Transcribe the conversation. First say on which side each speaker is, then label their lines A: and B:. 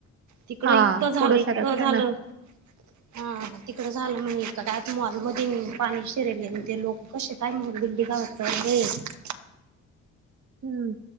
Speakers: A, on the right; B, on the right.
A: तिकड
B: हा
A: इतकं झालं
B: पुढं
A: इतक
B: सरकलं
A: झालं,
B: ना
A: हां तिकडं झालं म्हणे. काय ते मॉलमध्ये पाणी शिरेलेन ते लोकं, कसे काय दिंडी गावच <unintelligible>
B: हम्म.